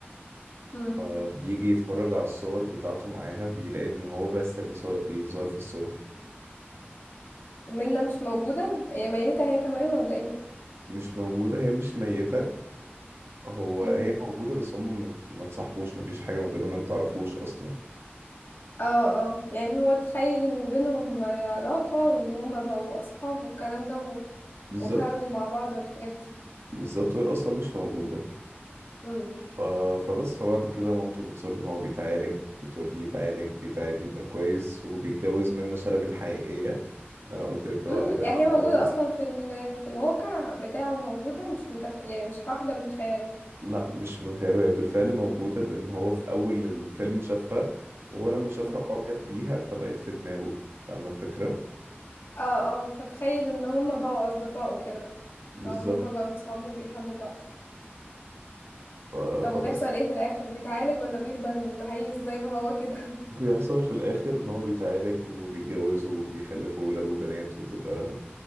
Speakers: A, on the left; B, on the right.
A: امم
B: فبيجي يتفرج على الصور بتاعته معاها بيلاقي ان هو بس اللي صا- اللي ظاهر في الصور
A: منة مش موجودة هي ميتة هي كمان ولا ايه
B: مش موجودة هي مش ميتة هو
A: امم
B: هي موجودة بس هم ما ما تصاحبوش مفيش حاجة ما بينهم هي متعرفوش أصلا
A: اه اه يعني هو تخيل ان بينهم علاقة وان هما بقوا اصحاب والكلام ده و...
B: بالظبط
A: وخرجوا مع بعض والحاجات دي
B: بالظبط وهي أصلا مش موجودة
A: امم
B: ف... فبس فبعد كده مامته بتصر إن هو بيتعالج بتوديه يتعالج بيتعالج بيبقى كويس وبيتجوز منة شلبي الحقيقية اللي أنا قلت لك اللي
A: امم
B: هو قابلها
A: يعني هي
B: خالص
A: موجودة اصلا في ال... في الواقع بتاعه موجودة مش متخ... يعني مش واحدة من خياله
B: لا مش من خيره هي بالفعل موجودة لأن هو في أول الفيلم شافها وهو لما شافها
A: امم
B: أعجب بيها فبقت في دماغه فاهمة الفكرة؟
A: اه اه فتخيل ان هما بقوا اصدقاء وكده
B: بالظبط
A: او ان هما بقوا اصحاب وبيحبوا بعض
B: ف...
A: طب
B: فبس
A: وبيحصل ايه في الاخر بيتعالج ولا بيفضل مهيس زي ما هو كده
B: بيحصل في الآخر إن هو بيتعالج وبيتجوزوا وبيخلفوا ولاد وبنات وتبقى